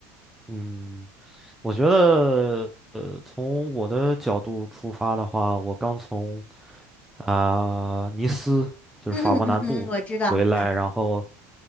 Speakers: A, in the centre; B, on the left (about 15°).
A: 嗯，我觉得，呃，从我的角度出发的话，我刚从啊、尼斯，就是法国南部回来，
B: 嗯嗯嗯嗯，我知道，嗯
A: 然后，